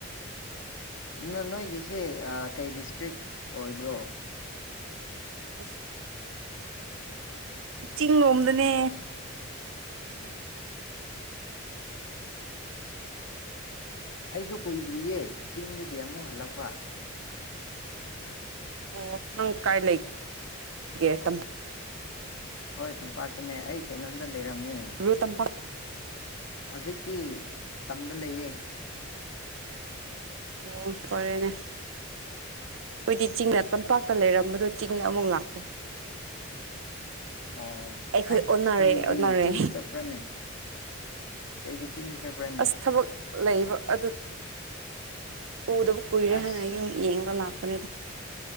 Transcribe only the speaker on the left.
ꯑꯣ ꯅꯣꯏꯒꯤꯁꯦ ꯀꯩ ꯗꯤꯁꯇ꯭ꯔꯤꯛ ꯑꯣꯏꯕ꯭ꯔꯣ
ꯎꯝ ꯑꯩꯁꯨ ꯀꯨꯏꯗ꯭ꯔꯤꯌꯦ ꯆꯤꯡꯗꯒꯤ ꯑꯃꯨꯛ ꯍꯜꯂꯛꯄ
ꯍꯣꯏ ꯇꯝꯄꯥꯛꯇꯨꯅꯦ ꯑꯩ ꯀꯩꯅꯣꯗ ꯂꯩꯔꯝꯃꯦ
ꯍꯧꯖꯤꯛꯇꯤ ꯇꯝꯗ ꯂꯩꯌꯦ
ꯑꯣ
ꯑꯦ
ꯀꯔꯤꯒꯤ
ꯆꯤꯡꯗ ꯆꯠꯄ꯭ꯔꯥꯅꯦ ꯀꯩꯒꯤ ꯆꯤꯡꯗ ꯆꯠꯄ꯭ꯔꯥꯅꯦ
ꯑꯁ